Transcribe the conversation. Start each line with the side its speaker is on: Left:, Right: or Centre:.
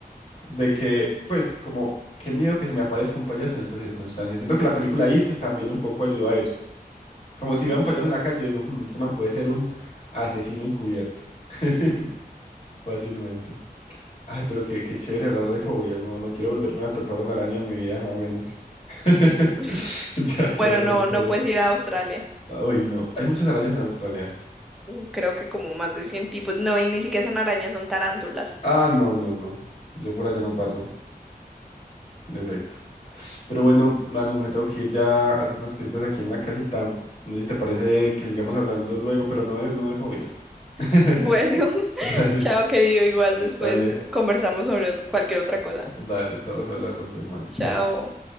Left: de que, pues, como, qué miedo que se me aparezca un payaso en estas circunstancias. Siento que la película It también un poco ayuda a eso. Como si veo
Centre: Ujú.
Left: a un payaso en la calle, yo digo, "Hmm, este man puede ser un asesino encubierto, <laughs> fácilmente. Ay, pero qué, qué chévere hablar de fobias, no, no quiero volverme a topar una araña en mi vida, más o menos. <laughs>
Centre: <laughs>
Left: Ya
Centre: Bueno,
Left: que hablamos
Centre: no,
Left: de fobias.
Centre: no puedes ir a Australia.
Left: Ay, no, hay muchas arañas en Australia.
Centre: mm, Creo que como más de 100 tipos. No, y ni siquiera son arañas, son tarántulas.
Left: Ah, no, no, no. Yo por allá no paso, de efecto. Pero bueno, Manu, me tengo que ir ya a hacer unas cositas aquí en la casita. No sé si te parece que sigamos hablando luego, pero no de, no de fobias. <laughs>
Centre: Bueno, <laughs>
Left: Dale,
Centre: chao querido, igual después
Left: dale,
Centre: conversamos sobre ot- cualquier otra cosa.
Left: dale, estamos hablando pues, Manu.
Centre: Chao.
Left: Chaito.